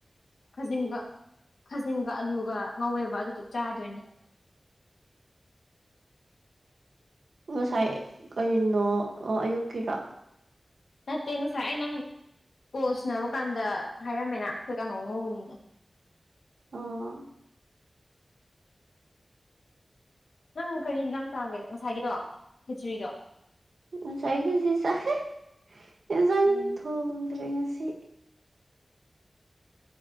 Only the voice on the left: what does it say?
ꯈꯥꯖꯤꯡꯒ ꯈꯥꯖꯤꯡꯒ ꯑꯂꯨꯒ ꯉꯧꯋꯦꯕ ꯑꯗꯨꯗꯣ ꯆꯥꯗꯣꯏꯅꯦ꯫
ꯅꯠꯇꯦ ꯉꯁꯥꯏ ꯑꯩ ꯅꯪ ꯀꯣꯜ ꯁꯟꯅꯅꯕ ꯀꯥꯟꯗ ꯍꯥꯏꯔꯝꯃꯦꯅ ꯑꯩꯈꯣꯏ ꯀꯥꯡꯉꯧ ꯉꯧꯕꯅꯤꯅ꯫
ꯅꯪ ꯀꯔꯤ ꯌꯦꯟꯁꯥꯡ ꯆꯥꯒꯦ ꯉꯁꯥꯏꯒꯤꯗꯣ ꯍꯤꯆꯔꯤꯗꯣ
ꯎꯝ